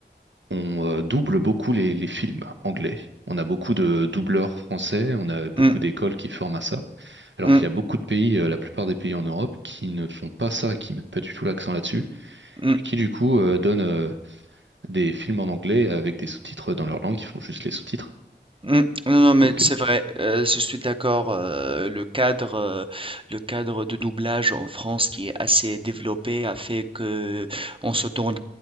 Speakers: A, on the right; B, on the right.
A: on euh, double beaucoup les, les films anglais. On a beaucoup de doubleurs français, on a beaucoup
B: mm,
A: d'écoles qui forment à ça. Alors
B: mm,
A: qu'il y a beaucoup de pays, euh, la plupart des pays en Europe, qui ne font pas ça, qui mettent pas du tout l'accent là-dessus,
B: mm.
A: et qui du coup euh, donnent euh, des films en anglais avec des sous-titres dans leur langue, qui font juste les sous-titres.
B: Mmh. Non, non, mais
A: Donc,
B: c'est
A: euh,
B: vrai, heu, je suis d'accord, heu, le cadre, heu, le cadre de doublage en France qui est assez développé a fait qu'on se tourne